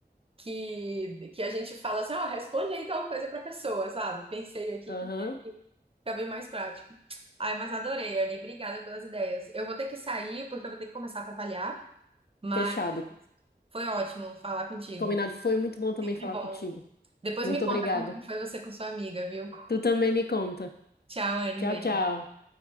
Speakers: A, on the right (about 35°); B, on the left (about 65°).
A: que, que a gente fala assim, ó, responde aí tal coisa pra pessoa, sabe? Pensei aqui
B: Aham,
A: porque fica bem mais prático. Ai, mas adorei, Anne. Obrigada pelas ideias. Eu vou ter que sair porque eu vou ter que começar a trabalhar, mas
B: fechado.
A: foi ótimo falar contigo.
B: Combinado. Foi muito bom também
A: Sempre
B: falar
A: bom.
B: contigo.
A: Depois
B: Muito
A: me conta
B: obrigada.
A: como que foi você com sua amiga, viu?
B: Tu também me conta.
A: Tchau, Anne.
B: Tchau,
A: beijo.
B: tchau.